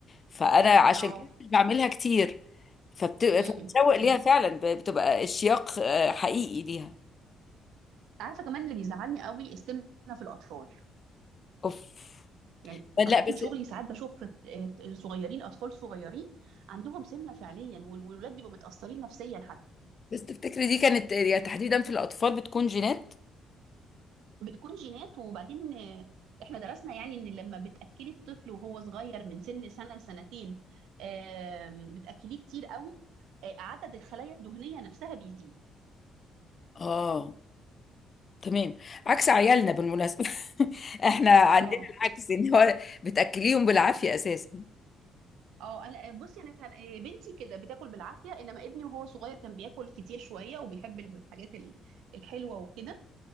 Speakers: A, on the left; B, on the right.
A: فانا عشان
B: اه
A: كده مش بعملها كتير فبت... فبتشوق
B: امم
A: ليها
B: امم
A: فعلا ب- بتبقى اشتياق آه، حقيقي ليها
B: عارفه كمان اللي بيزعلني قوي السمنه في الاطفال
A: اوف
B: يعني بحكم
A: لا بس
B: شغلي ساعات بشوف آه، صغيرين اطفال صغيرين عندهم سمنه فعليا والولاد بيبقوا متاثرين نفسيا حتى
A: بس تفتكري دي كانت يعني تحديدا في الأطفال بتكون جينات
B: بتكون جينات وبعدين آه، احنا درسنا يعني ان لما بتاكلي الطفل وهو صغير من سن سنه لسنتين آم، بتاكليه كتير قوي آه، عدد الخلايا الدهنيه نفسها بيزيد
A: اه تمام عكس عيالنا بالمناسبة <laughs> احنا عندنا
B: اه
A: العكس ان هو بتأكليهم بالعافية اساسا
B: اه انا آه، بصي انا كان آه، بنتي كده بتاكل بالعافيه انما ابني وهو صغير كان بياكل كتير شويه وبيحب الحاجات ال- الحلوه وكده